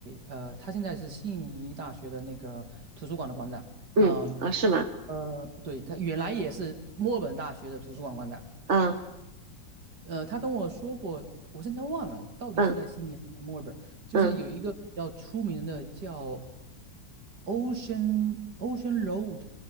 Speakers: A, on the right (about 60°); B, on the right (about 40°).
A: 呃，他现在是悉尼大学的那个图书馆的馆长，
B: 嗯，
A: 嗯
B: 啊，是吗？
A: 呃，对，他原来也是墨尔本大学的图书馆馆长，
B: 嗯
A: 呃，他跟我说过，我现在忘了到底是在悉尼还是在墨尔本，
B: 嗯
A: 就是有一个比较出名的叫
B: 嗯。
A: Ocean Ocean Road，